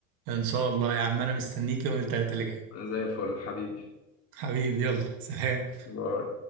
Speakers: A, on the right; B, on the left.
A: ان شاء الله يا عم انا مستنيك يوم التلاتة اللي جاي
B: زي الفل حبيبي
A: حبيبي يلا سلام
B: باي